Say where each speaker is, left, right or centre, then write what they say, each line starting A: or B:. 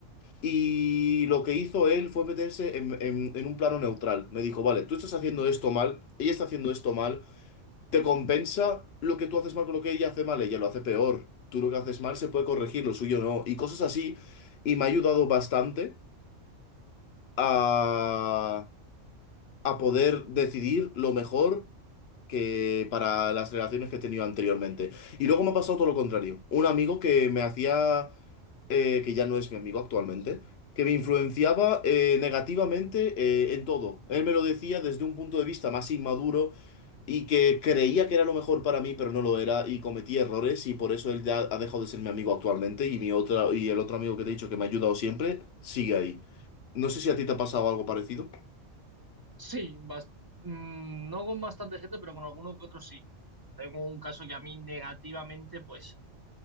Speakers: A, on the left; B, on the right.
A: Y lo que hizo él fue meterse en, en- en un plano neutral. Me dijo, vale, tú estás haciendo esto mal, ella está haciendo esto mal, ¿te compensa lo que tú haces mal con lo que ella hace mal? Ella lo hace peor. Tú lo que haces mal se puede corregir, lo suyo no. Y cosas así. Y me ha ayudado bastante a a poder decidir lo mejor que para las relaciones que he tenido anteriormente. Y luego me ha pasado todo lo contrario. Un amigo que me hacía, eh, que ya no es mi amigo actualmente, que me influenciaba eh, negativamente eh, en todo. Él me lo decía desde un punto de vista más inmaduro y que creía que era lo mejor para mí, pero no lo era y cometí errores y por eso él ya ha dejado de ser mi amigo actualmente y mi otra y el otro amigo que te he dicho que me ha ayudado siempre sigue ahí. No sé si a ti te ha pasado algo parecido.
B: Sí, bas- mm, no con bastante gente, pero con alguno que otro sí. Tengo un caso que a mí negativamente, pues